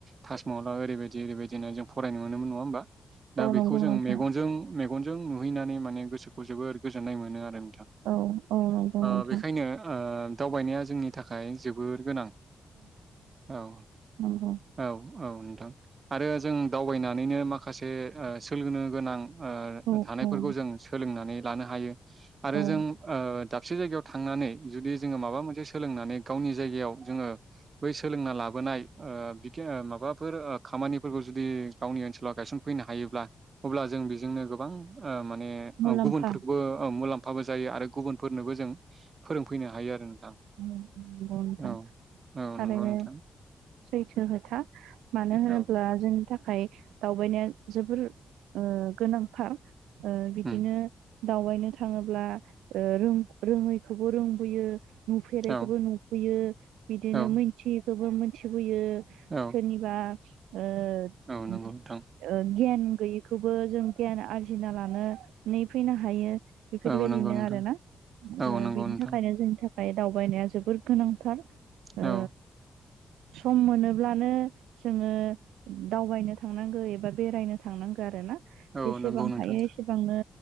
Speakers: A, on the right (about 50°); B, on the right (about 85°).
A: ताजमहललााव ओरैबायदि ओरैबायदिनो जों फरायनो मोनोमोन नङा होमबा दा
B: औ
A: बेखौ
B: नंगौ
A: जों
B: नोंथां
A: मेगनजों मेगनजों नुहैनानै माने गोसो जोबोर गोजोननाय मोनो आरो नोंथां
B: औ औ नंगौ
A: ओ-
B: नोंथां
A: बेखायनो ओ दावबायनाया जोंनि थाखाय जोबोर गोनां औ
B: नंगौ
A: औ औ आरो जों दावबायनानैनो माखासे ओ- सोलोंनो गोनां ओ-
B: औ
A: थानायफोरखौ
B: औ
A: जों सोलोंनानै लानो हायो आरो
B: औ
A: जों ओ दाबसे जायगायाव थांनानै जुदि जोङो माबा मोनसे सोलोंनानै गावनि जायगायाव जोङो। बै सोलोंना लाबोनाय ओ- बिगि-ओ-माबाफोर-ओ खामानिफोरखौ जुदि गावनि ओनसोलाव गाय सनफैनो हायोब्ला अब्ला जों बिजोंनो गोबां ओ माने
B: मुलाम्फा
A: गुबुनफोरखौबो मुलाम्फाबो जायो आरो गुबुनफोरनोबो जों फोरोंफैनो हायो आरो नोंथां
B: औ नंगौ नोंथां
A: औ
B: थारैनो
A: औ नंगौ नोंथां
B: सैथो खोथा। मानो होनोब्ला
A: औ
B: जोंनि थाखाय दावबायनाया जोबोर ओ- गोनांथार ओ- बिदिनो।
A: उम
B: दावबायनो थाङोब्ला ओ- रोङैखौबो रोंबोयो। नुफेरैखौबो
A: औ
B: नुफैयो बिदिनो
A: औ
B: मोनथियैखौबो मोनथिबोयो।
A: औ
B: सोरनिबा ओ-ओ
A: औ नंगौ नोंथां
B: गियान गैयैखौबो जों गियान आरजिना लानो नै फैनो हायो बेफोरबायदिनो
A: औ नंगौ नोंथां
B: आरो ना
A: औ
B: ओ-
A: नंगौ
B: बिनि
A: नोंथां
B: थाखायनो जोंनि थाख- दावबायनाया जोबोर गोनांथार ओ
A: औ
B: सम मोनोब्लानो जोङो दावबायनो थांनांगौ एबा बेरायनो थांनांगौ आरो ना
A: औ
B: जेसेबां
A: नंगौ नोंथां
B: हायो एसेबांनो